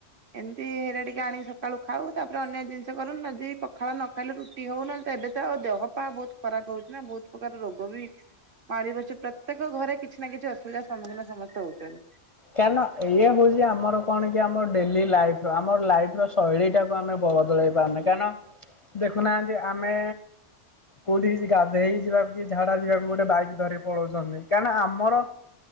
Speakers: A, on the right; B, on the left.
A: ଏମିତି ହେଇରା ଟିକେ ଆଣିକି ସକାଳୁ ଖାଉ ତାପରେ ଅନ୍ୟ ଜିନିଷ କରୁନ ଯଦି ପଖାଳ ନ ଖାଇଲେୁ ରୁଟି ହଉ ନହେଲେ ତ ଏବେ ତ ଆଉ ଦେହ ପା ବହୁତ ଖରାପ ହଉଛି ନା ବହୁତ ପ୍ରକାର ରୋଗ ବି ମାଡ଼ି ବସିଛି ପ୍ରତ୍ୟେକ ଘରେ କିଛି ନା କିଛି ଅସୁବିଧାର ସମ୍ମୁଖୀନ ସମସ୍ତେ ହଉଚୁ। <unintelligible>
B: କାରଁଣ ଇଏ ହଉଛି ଆମର କଣ କି ଆମ ଡେଲି ଲାଇଫ ର ଆମର ଲାଇଫ ର ଶୈଳୀ ଟାକୁ ଆମେ ବଦଳେଇ ପାରୁନେ କାରଣ ଦେଖୁନାହାନ୍ତି ଆମେ କୋଉଠିକି ଗାଧେଇ ଯିବାକୁ କି ଝାଡା ଯିବାକୁ ଗୋଟେ ବାଇକ୍ ଧରି ପଳାଉଛନ୍ତି କାରଣ ଆମର